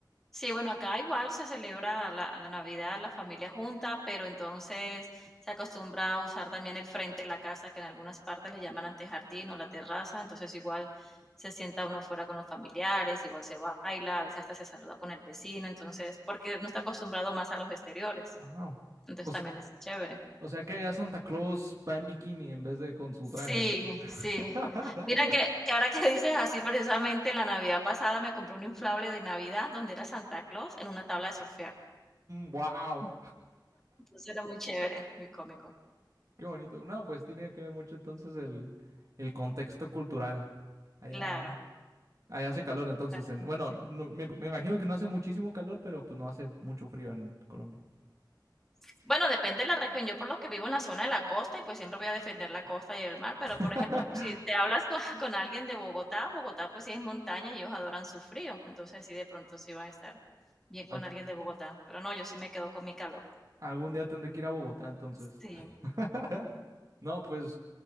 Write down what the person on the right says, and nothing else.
Wow.
O, s-
o sea que ya Santa Claus va en bikini en vez de con su
traje.
<laughs>
wow.
Qué bonito. No, pues tiene que ver mucho entonces el, el contexto cultural. Allá,
allá hace calor entonces
en,
bueno,
no- me, me imagino que no hace muchísimo calor, pero pues no hace mucho frío en Colombia.
<laughs>
Al-
algún día tendré que ir a Bogotá entonces.
<laughs> No, pues